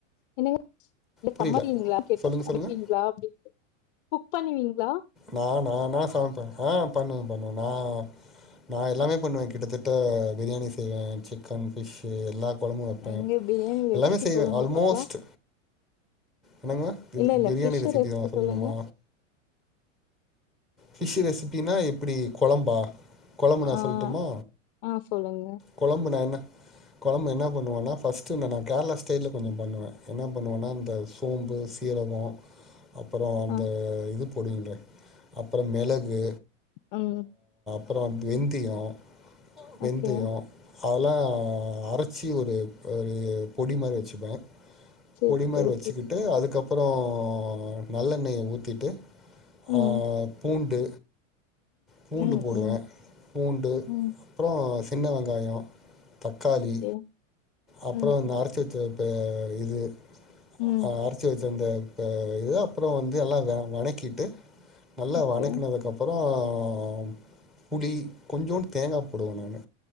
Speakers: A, on the left; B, in the centre.
A: என்னங்க <unintelligible> இல்ல
B: புரியல
A: சம்மறிபிங்களா கேட்டே
B: சொல்லுங்க
A: சமப்பீங்களா
B: சொல்லுங்க
A: அப்டின்னுட்டு புக் பண்னுவிங்களா
B: நா நானா சாமைப்பே ஆ பண்ணுவ பண்ணுவே நா நா எல்லாமே பண்ணுவே கிட்டத்தட்ட பிரியாணி செய்வே சிக்கன் ஃபிஷ்ஷு எல்லா கொழம்பு வெப்பே
A: எங்க பிரியாணி ரெசிபி
B: எல்லாமே செய்வே
A: சொல்லுங்க
B: ஆல்மோஸ்ட்
A: பாக்கலா
B: என்னங்க
A: இல்ல இல்ல
B: பிரியாணி
A: ஃபிஷ்
B: ரெசிபி தா சொல்லணுமா
A: சொல்லுங்க
B: பிஷ் ரெசிபினா எப்டி கொழம்பா கொழம்பு நா
A: ஆ
B: சொல்லட்டுமா
A: ஆ சொல்லுங்க
B: கொழம்பு நா என்ன கொழம்பு என்ன பண்ணுவனா ஃபர்ஸ்ட்டு இந்த நா கேரளா ஸ்டைல்ல கொஞ்ச பண்ணுவே என்னா பண்ணுவேன்னா இந்த சோம்பு சீரக அப்பறோ அந்த
A: ஆ
B: இது போடுவிங்கல்ல அப்பறோ மெளகு
A: ம்
B: அப்புறம் வெந்தியம் வெந்தயம்
A: ஓகே
B: அதெல்லாம் அரைச்சி ஒரு ஒரு பொடி மாதிரி வச்சுப்பேன்
A: செரி
B: பொடிமறி
A: செரி
B: வச்சுக்கிட்டு
A: செரி
B: அதுக்கப்புறம் அப்புறம் நல்லெண்ணெயை ஊத்திட்டு
A: ம்
B: ஆ பூண்டு பூண்டு
A: ம்
B: போடுவேன்
A: ம்
B: பூண்டு
A: ம்
B: அப்புறம் சின்ன வெங்காயம் தக்காளி
A: ஓகே.
B: அப்புறம்
A: ம், ம்,
B: அரச்சிவச்சத் இப்ப இது
A: ம்.
B: ஆஹ் அரிச்சு வைச்ச வந்த இ இது அப்புறம் வந்து எல்லாம் வணக்கிட்டு நல்லா
A: ஓகே.
B: வணக்கனதுக்கு அப்புறம் அ புளி கொஞ்சோன்ட் தேங்காய் போடுவோன் நானு